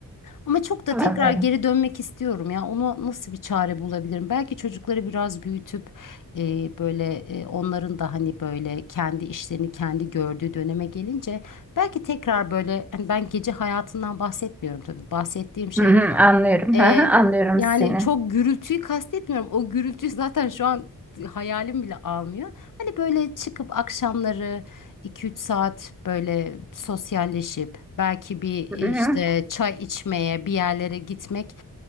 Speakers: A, on the left; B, in the centre.
A: Ama çok da
B: Anlıyorum.
A: tekrar geri dönmek istiyorum ya. Ona nasıl bir çare bulabilirim? Belki çocukları biraz büyütüp e, böyle e, onların da hani böyle kendi işlerini kendi gördüğü döneme gelince belki tekrar böyle hani ben gece hayatından bahsetmiyorum tabii. Bahsettiğim şey
B: Hı hı, anlıyorum.
A: ee,
B: Hı hı, anlıyorum
A: yani
B: seni.
A: çok gürültüyü kastetmiyorum. O gürültüyü <laughs> zaten şu an hayalim bile almıyor. Hani böyle çıkıp akşamları iki üç saat böyle sosyalleşip belki bir işte
B: Hı hı.
A: çay içmeye bir yerlere gitmek